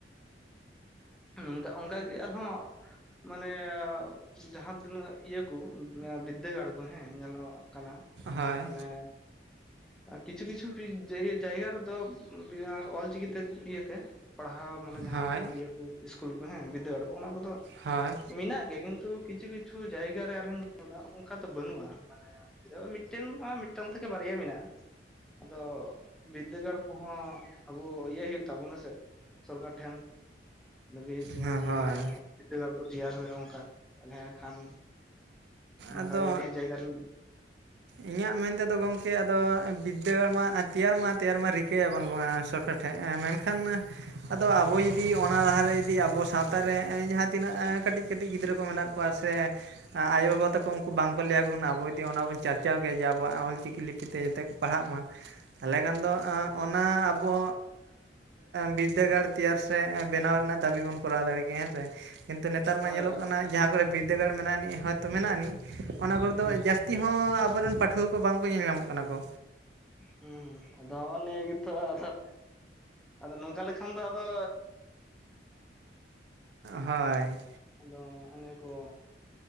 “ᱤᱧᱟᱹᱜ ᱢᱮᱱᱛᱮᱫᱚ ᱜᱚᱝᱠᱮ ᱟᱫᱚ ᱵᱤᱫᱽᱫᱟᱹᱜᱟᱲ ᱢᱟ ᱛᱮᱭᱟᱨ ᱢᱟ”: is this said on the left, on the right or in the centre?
Right